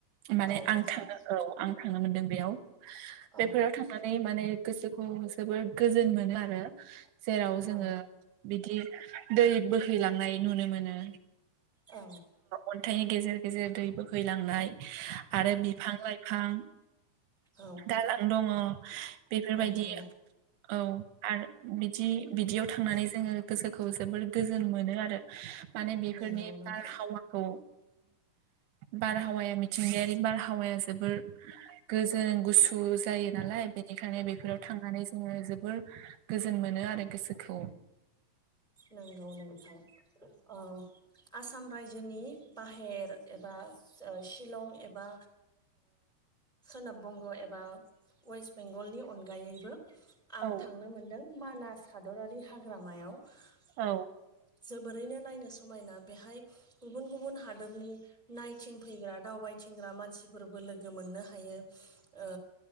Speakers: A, on the right; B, in the centre.
A: माने
B: औ
A: आं
B: नोंथां
A: थाङो औ आं थांनो मोनदों बेयाव बेफोराव
B: औ
A: थांनानै माने गोसोखौ जोबोर गोजोन मोनो आरो जेराव जोङो
B: औ
A: बिदि दै बोहैलांनाय नुनो मोनो
B: औ
A: अन्थाइनि गेजेर गेजेर दै बोहैलांनाय आरो बिफां लाइफां
B: औ
A: दालां दङ बेफोरबायदि
B: नंगौ
A: औ आरो बिदि बिदियाव थांनानै जोङो गोसोखौ जोबोर गोजोन मोनो आरो माने बेफोरनि
B: नंगौ नोंथां
A: बारहावाखौ बारहावाया मिथिंगायारि बारहावाया जोबोर गोजोन गुसु जायो नालाय बेनिखायनो बेफोराव थांनानै जोङो जोबोर गोजोन मोनो आरो गोसोखौ
B: नंगौ नोंथां औ आसाम रायजोनि बाहेर एबा शिलं एबा सोनाब बंग' एबा वेस्ट बेंगलनि अनगायैबो आं
A: औ
B: थांनो मोनदों मानास हादरारि हाग्रामायाव जोबोरैनो
A: औ
B: नायनो स समायना बेहाय गुबुन गुबुन हादोरनि नायथिंफैग्रा दावबायथिंग्रा मानसिफोरबो लोगो मोननो हायो ओ